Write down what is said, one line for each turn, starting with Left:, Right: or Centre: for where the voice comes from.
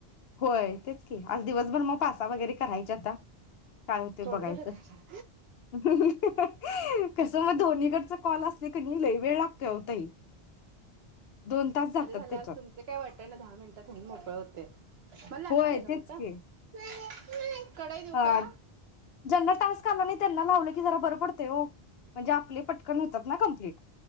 Left: व्हयं तेच की आज दिवसभर मग पाच सहा वगैरे करायच्या आता. काय होतय
Right: थोडं
Left: बघायचं.
Right: थोडं करा
Left: हहहह हहह कसं मग दोनीकडचा कॉल असले क नही लय वेळ लागतोय आहो ताई. दोन तास जातात
Right: माझं झालं
Left: त्याच्यात
Right: आज तुमचं काय वाटत ना दहा मिनिटात होऊन मोकळं होतय. मला लागणार
Left: होय
Right: हे
Left: तेच
Right: ग इथं.
Left: की
Right: नाय कडई देऊ
Left: हा
Right: का?
Left: ज्यांना टास्क आला नाही त्यांना पण लावलं की जरा बरं पडतंय हो. म्हणजे आपले पण पटकन होतात ना कमप्लीट.